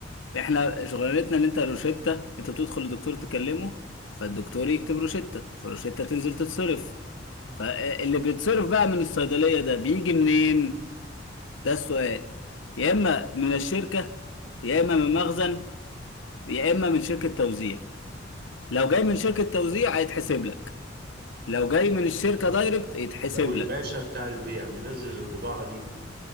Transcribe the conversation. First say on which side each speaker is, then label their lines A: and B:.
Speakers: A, on the left; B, on the right.
A: احنا شغلانتنا ان انت روشتة انت بتدخل الدكتور تكلمه فالدكتور يكتب روشتة فالروشتة تنزل تتصرف فاللي بيتصرف بقى من الصيدلية ده بيجي منين ده السؤال يا اما من الشركة يا اما من مخزن يا اما من شركة توزيع لو جاي من شركة توزيع هيتحسب لك لو جاي من الشركة
B: اه
A: دايركت يتحسب
B: لو الباشا
A: لك
B: بتاع البيع منزل البضاعه دي